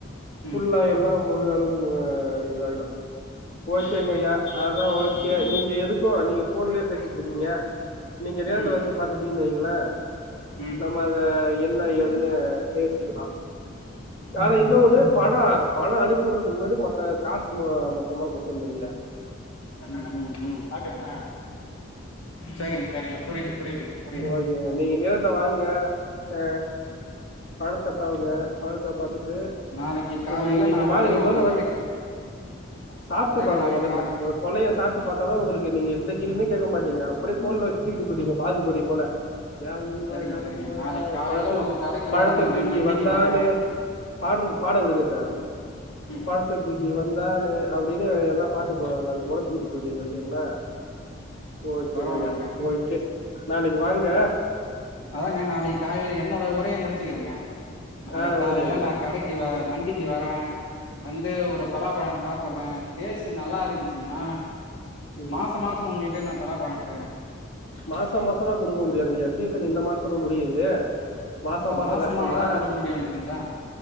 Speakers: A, on the left; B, on the left.
A: ஃபுல்லா
B: ம்
A: எல்லா முழு அளவுக்கு இதாயிடு ஓகேங்கய்யா அதா ஓகே நீங்க எதுக்கு நீங்க போன்லயே பேசிட்ருக்கீங்க நீங்க நேர்ல
B: ம்
A: வந்து பாத்துட்டீங்கன்னு வைங்களே
B: ம்
A: நம்ம அத என்ன ஏதுன்னு பேசிக்கலா ஆனா இன்னோ ஒண்ணு அதா பணொ அனுப்பிட்றதுக்கு முன்னாடி மொத்த காசு மொத்தமா குடுத்துரனுங்கய்யா
B: சாப்டயானா சேரிங்க சேரிங்க புரியுது புரியுதுங்க புரியுதுங்க
A: ஓகேங்க நீங்க நேர்ல வாங்க ஆ பழத்த பாருங்க பழத்த பாத்துட்டு
B: நாளைக்கு
A: து
B: காலையில
A: உங்களுக்கு நீங்க
B: நான்
A: வாங்குனீங்க
B: வந்து உங்க
A: மொதல்ல வந்து
B: கடைக்கு
A: சாப்ட்டு
B: அதாங்க
A: பாருங்க
B: நாளைக்கு
A: மொதல்ல
B: காலை
A: ஒரு சொலய சாப்ட்டு பாத்தா தா உங்களுக் நீங்க எந்த கேள்வியுமே கேக்க மாட்டீங்க அப்டியே தோள்ல வச்சு தூக்கிட்டு போய்டுவீங்க அப்டி பாகுபலி போல யாரு இவ
B: சரிங்க
A: யாரு
B: சரிங்க
A: இவ
B: நாளைக்கு காலையில
A: பழத்த
B: உங்க கடைக்கு
A: பழத்த
B: வரேன் நானு
A: தூக்கி
B: மண்டிக்கு
A: வந்தானே
B: வரேன்
A: பாட்றது பாட விடுங்க சர்
B: ம்
A: பழத்த தூக்கி வந்தானே அப்டினு எல்லா பாட்டு போடுவாங்க அது போல தூக்கிட்டு போயிடுவீங்க ஓகேங்ளா ஓகேங்கயா
B: பரவாயில்லைங்கடா
A: ஓகே நாளைக்கு வாங்க
B: அதாங்க நாளைக்கு காலைல என்னோட உரைய முடிச்சுக்கிறங்க நாளைக்
A: ஆ
B: காலைை
A: ஓகேங்க ஐயா
B: நா கடைக்கு வ மண்டிக்கு வரே வந்து ஒரு பலாப்பழோ சாப்புறே டேஸ்ட் நல்லா இருந்ச்சுன்னா
A: ம்
B: மாச மாசோ உங்கிட்டே நா பலா பழோ எடுத்துக்கிறே
A: மாச மாசோலா குடுக்க முடியாதுங்யா சீசன் இந்த மாசத்தோட முடியுது மாச
B: ஓ
A: மாசோ
B: மாசமானாதா
A: கஷ்டந்தா
B: குடுக்க முடியுன்றீங்களா